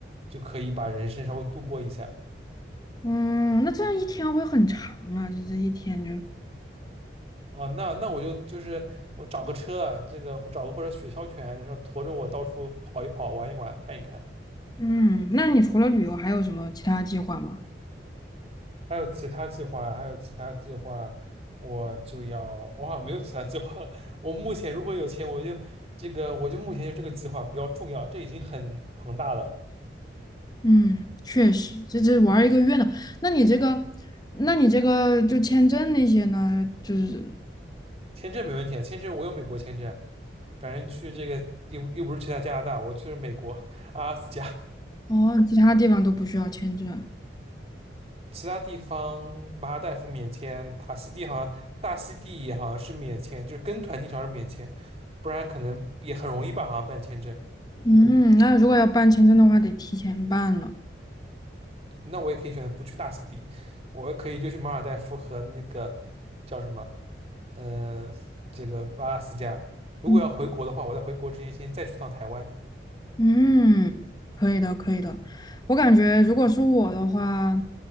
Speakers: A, on the right; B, on the left.
A: 就可以把人生稍微度过一下。
B: 嗯，那这样一天会很长啊，就这一天就，
A: 啊，那那我就就是我找个车，这个找个或者雪橇犬，然后驮着我到处跑一跑，玩一玩，看一看。
B: 嗯，那你除了旅游还有什么其他计划吗？
A: 还有其他计划，还有其他计划，我就要，我好像没有其他计划了。<laughs> 我目前如果有钱，我就这个，我就目前就这个计划比较重要，这已经很庞大了。
B: 嗯，确实，这这玩儿一个月呢。那你这个，那你这个就签证那些呢，就是
A: 签证没问题啊，签证我有美国签证啊反正去这个又又不是去他加拿大，我去了美国阿拉斯加，
B: 哦，其他地方都不需要签证。
A: 其他地方马尔代夫免签，塔西蒂好像大溪地也好像是免签，就是跟团进去还是免签，不然可能也很容易吧，好像办签证。
B: 嗯，
A: 嗯，
B: 那如果要办签证的话，得提前办了。
A: 那我也可以选择不去大溪地，我可以就去马尔代夫和那个叫什么，呃，这个阿拉斯加。如果要回国的话，
B: 嗯
A: 我在回国之前先再去趟台湾。
B: 嗯，可以的，可以的。我感觉如果是我的话，